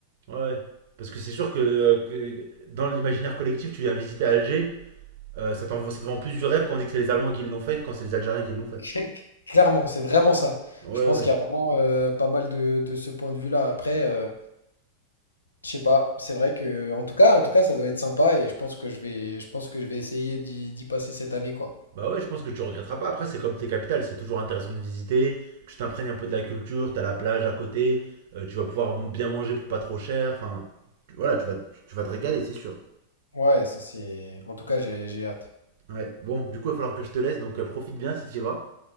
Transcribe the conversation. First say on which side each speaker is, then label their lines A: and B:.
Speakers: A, on the right (about 55°); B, on the left (about 75°).
A: Ouais, ouais. Parce que c'est sûr que, euh, que dans l'imaginaire collectif, tu viens visiter Alger, euh, ça t'envoie- ça te vend plus du rêve quand on dit que c'est les Allemands qui l'ont fait que quand c'est les Algériens qui l'ont fait.
B: <laughs> Clairement, c'est vraiment ça.
A: Ouais,
B: Je pense
A: ouais.
B: qu'il y a vraiment euh, pas mal de, de ce point de vue-là. Après, euh, je sais pas. C'est vrai que, en tout cas, en tout cas, ça doit être sympa et je pense que je vais, je pense que je vais essayer d'y d'y passer cette année, quoi.
A: Bah ouais, je pense que tu regretteras pas. Après, c'est comme tes capitales, c'est toujours intéressant de visiter. Tu t'imprègnes un peu de la culture, t'as la plage à côté, euh, tu vas pouvoir bien manger pour pas trop cher. Enfin, tu- voilà, tu vas, tu vas te régaler, c'est sûr.
B: Ouais, ça c'est. En tout cas, j'ai j'ai hâte.
A: Ouais, bon, du coup, il va falloir que je te laisse, donc euh, profite bien si tu y vas.